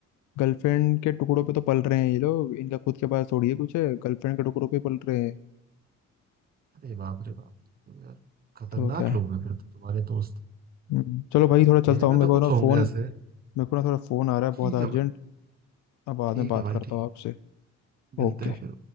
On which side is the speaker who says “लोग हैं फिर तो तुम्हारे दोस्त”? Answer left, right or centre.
Right